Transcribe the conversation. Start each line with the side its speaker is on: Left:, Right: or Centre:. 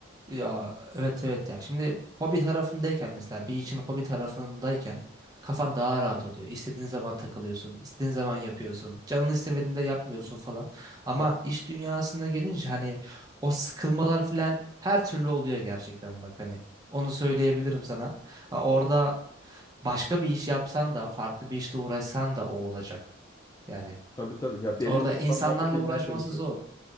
Right: Ya evet evet ya. Şimdi hobi tarafındayken mesela bir işin hobi tarafındayken kafan daha rahat oluyor. İstediğin zaman takılıyorsun, istediğin zaman yapıyorsun. Canın istemediğinde yapmıyorsun falan. Ama
Left: Tabii.
Right: iş dünyasına gelince hani o sıkılmalar falan her türlü oluyor gerçekten bak hani. Onu söyleyebilirim sana. Ha, Orada başka bir iş yapsan da farklı bir işle uğraşsan da o olacak. Yani
Left: Tabii tabii. Ya belli
Right: orada
Left: bir standarda
Right: insanlarla
Left: girmeye
Right: uğraşması
Left: çalışıyorsun.
Right: zor.